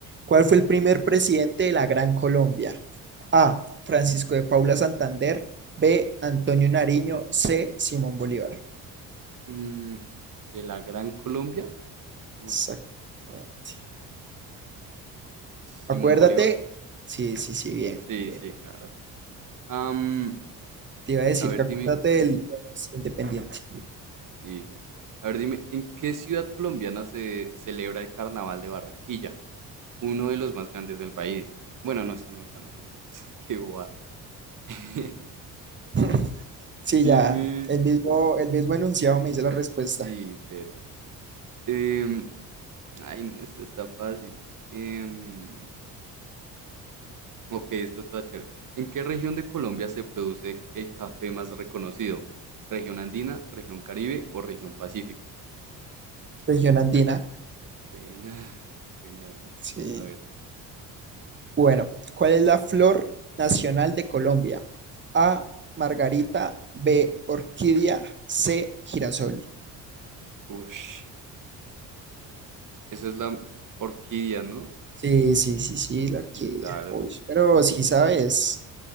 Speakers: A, on the right; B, on the right.
A: ¿Cuál fue el primer presidente de la Gran Colombia? A. Francisco de Paula Santander. B. Antonio Nariño. C. Simón Bolívar.
B: mm, de la Gran Colombia. Ush,
A: Exactamente. Acuérdate.
B: Simón Bolívar.
A: Sí, sí, sí, bien,
B: Sí,
A: bien,
B: sí,
A: bien.
B: claro. Am,
A: Te iba a decir
B: a ver,
A: que acuérdate
B: dime.
A: del del independiente.
B: Sí, sí. A ver, dime, ¿en qué ciudad colombiana se celebra el Carnaval de Barranquilla? Uno de los más grandes del país. Bueno, no, esa no, esa no, mentiras. <laughs> Qué boba. <laughs>
A: <laughs> Sí,
B: Dime,
A: ya. El mismo, el mismo enunciado me dice la respuesta.
B: sí, pero... em, ay, no, esta está fácil. Em, ok, esta está chévere. ¿En qué región de Colombia se produce el café más reconocido? ¿Región andina, región Caribe o región pacífica?
A: Región andina.
B: Buena, <laughs> buena, buena.
A: Sí.
B: A ver,
A: Bueno, ¿cuál es la flor nacional de Colombia? A, margarita, B, orquídea, C, girasol.
B: Ush. Esa es la orquídea, ¿no?
A: Sí, sí, sí, sí, la
B: Sí,
A: orquídea.
B: claro.
A: Uy, pero si sabes,